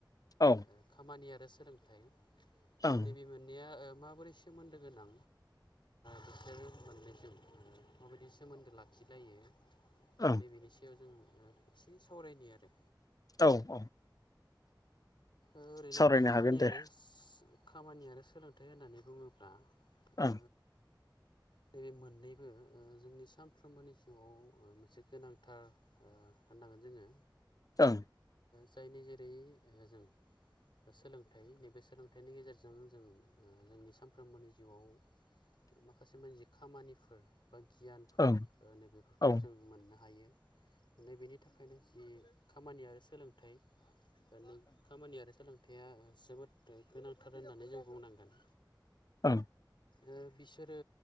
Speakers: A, on the left; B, on the left.
A: औ
B: ओ खामानि आरो सोलोंथाइ
A: औ
B: नैबे मोननाया ओ माबोरै सो सोमोन्दो गोनां बिसोरो मोननैजों माबायदि सोमोन्दो लाखिलायो
A: ओं
B: नैबेनि सायाव जों ओ एसे सावरायनि आरो।
A: औ औ।
B: ओरैनो
A: सावरायनो
B: खामानि
A: हागोन दे
B: आरो खामानि आरो सोलोंथाइ होननानै बुङोब्ला ओ
A: ओं
B: जेरै मोननैबो जोंनि सानफ्रोमबोनि जिउआव मोनसे गोनांथार ओ होननांगोन जोङो
A: ओं
B: जायनि जेरै जों सोलोंथाइ नैबे सोलोंथाइनि गेजेरजों जों जोंनि सानफ्रोमबोनि जिउआव माखासे मानजि खामानिफोर बा गियानफोर
A: ओं
B: नैबेफोरखौ
A: औ
B: जों मोननो हायो। नै बेनि थाखायनो जि खामानि आरो सोलोंथाइ दानि खामानि आरो सोलोंथाइया जोबोद गोनांथार होननानै जों बुंनांगोन।
A: ओं
B: ओ बिसोरो